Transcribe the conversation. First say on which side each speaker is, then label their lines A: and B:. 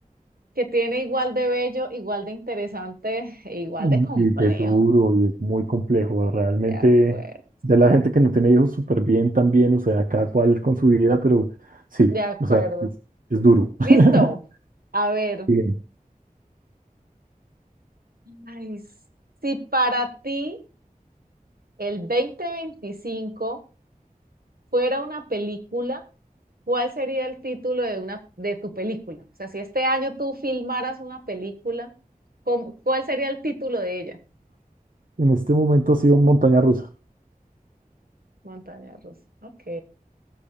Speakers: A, on the right; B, on the right.
A: que tiene igual de bello, igual de interesante <laughs> e igual
B: y,
A: de complejo.
B: y es duro y es muy complejo. Realmente,
A: De acuerdo,
B: ya la gente que no tiene hijos súper bien también, o sea, cada cual con su vida, pero sí,
A: de acuerdo.
B: o sea, es, es duro. <laughs>
A: Listo. A ver,
B: Bien.
A: ay, s- si para ti el 2025 fuera una película, ¿cuál sería el título de una de tu película? O sea, si este año tú filmaras una película, ¿cómo- cuál sería el título de ella?
B: En este momento ha sido Montaña Rusa.
A: Montaña rusa. Ok,